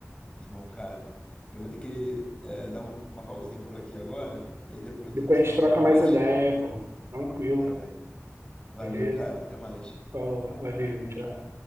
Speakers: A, on the left (about 20°); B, on the right (about 55°).
A: Muito bom, cara. Eu vou ter que é, dar um- uma pausinha por aqui agora e aí depois
B: Depois
A: a gente se
B: a
A: fala
B: gente troca
A: um pouco mais.
B: mais ideia, pô. Tranquilo,
A: Tá bem. Valeu,
B: beleza?
A: cara. Até mais.
B: Falou, valeu, tchau.